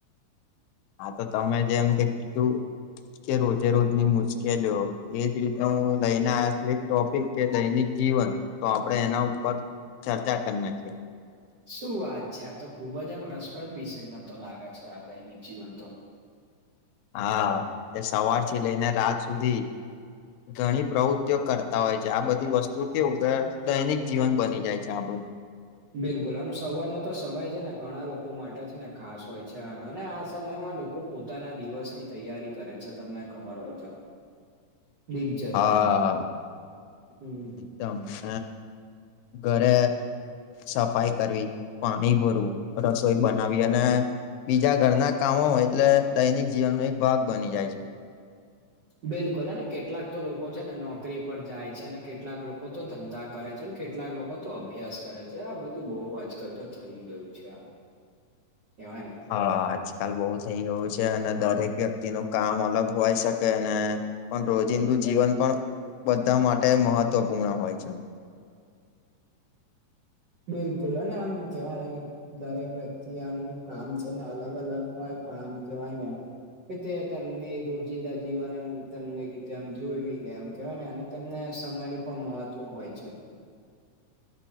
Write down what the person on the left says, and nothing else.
હા તો તમે જેમ કે કીધું કે રોજે રોજની મુશ્કેલીઓ એજ રીતે હું લઈને આયો છું એક ટોપિક કે દૈનિક જીવન તો આપણે એના ઉપર ચર્ચા કર નાખીએ.
હા એ સવાર થી લઈને રાત સુધી ગણી પ્રવૃત્તિઓ કરતા હોય છે આ બધી વસ્તુ કેવું કે દૈનિક જીવન બની જાય છે આપણું.
હા
એકદમ હ ઘરે સફાઈ કરવી પાણી ભરવું રસોઈ બનાવી અને બીજા ઘરના કામો હોય એટલે દૈનિક જીવનનો એક ભાગ બની જાય છે.
<inaudible>
હા આજકાલ બહુ થઈ ગયું છે અને દરેક વ્યક્તિ નું કામ અલગ હોય શકે ને પણ રોજિંદુ જીવન પણ બધા માટે મહત્વપૂર્ણ હોય છે.